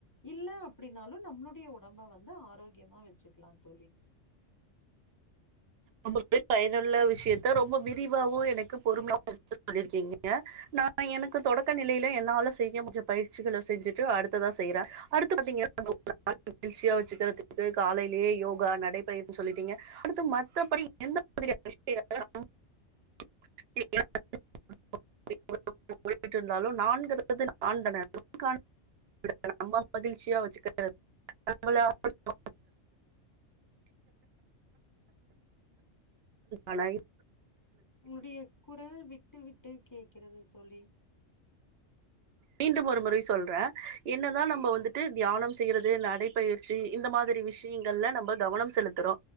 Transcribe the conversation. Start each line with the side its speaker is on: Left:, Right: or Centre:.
Left: இல்ல அப்டினாலு நம்ளுடைய உடம்ப வந்து ஆரோக்கியமா வெச்சுக்கலா தோழி
Right: ரொம்பவே பயனுள்ள விஷயத்த ரொம்ப விரிவாவு எனக்கு பொறுமையவு எடுத்து சொல்லிருக்கீங்க நா எனக்கு தொடக்க நிலைல என்னால செய்ய முடிஞ்ச பயிற்சிகள செஞ்சுட்டு அடுத்ததா செய்றே அடுத்து பாத்தீங்கனா நாங்க உங்கள <unintelligible> மகிழ்ச்சியா வெச்சுக்கிறதுக்கு காலைலயே யோகா நடைபயிற்னு சொல்லிட்டீங்க அடுத்து மா இப்படி எந்த மாதிரியான விஷயங்க <unintelligible> <unintelligible> போய்டு இருந்தாலு நான் <unintelligible> நம்ப மகிழ்ச்சியா வெச்சுக்க <unintelligible> ஆனா
Left: உங்களுடைய குரல் விட்டு விட்டு கேக்கிறது தோழி
Right: மீண்டும் ஒரு முறை சொல்றே என்னதா நம்ம வந்துட்டு தியானம் செய்யறது நடைபயிற் சி இந்த மாதிரி விஷயங்கள்ல நம்ம கவனம் செலுத்துறோ